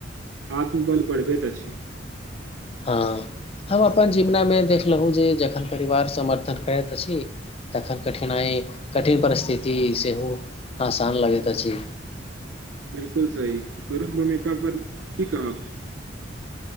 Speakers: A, on the right; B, on the left.
A: आत्मबल बढ़बैत अछि
B: हँ हम अपन जीवनामे देखलहुँ जे जखन परिवार समर्थन करैत अछि तखन कठिनाइ कठिन परिस्थिति सेहो आसान लगैत अछि
A: बिलकुल सही करु मम्मी पापा कि कहब